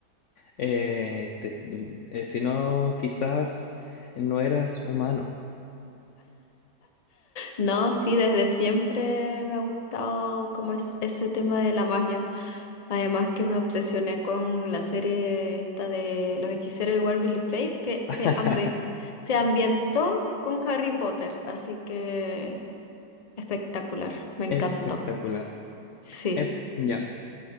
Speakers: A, on the left; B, on the left.
A: Eh, te- mm, eh, si no, quizás no eras humano.
B: No, sí, desde siempre me ha gustado como es ese tema de la magia. Además que me obsesioné con la serie esta de Los Hechiceros de Waverly Place que se,
A: <laughs>
B: ambi- se ambientó con Harry Potter, así que espectacular, me encantó.
A: Espectacular.
B: Sí,
A: Eh, ya.